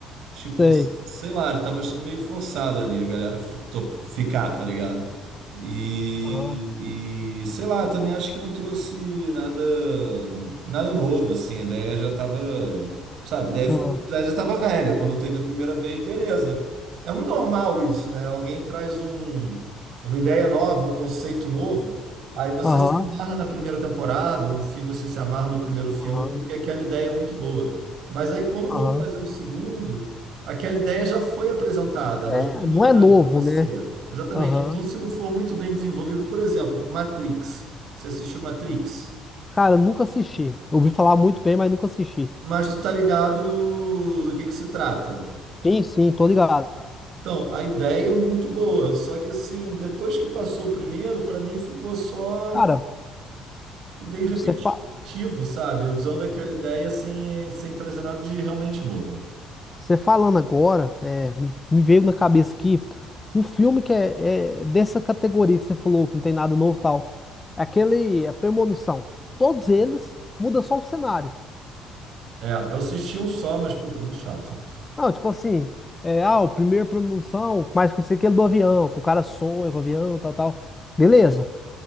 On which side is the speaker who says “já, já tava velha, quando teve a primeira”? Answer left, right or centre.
Right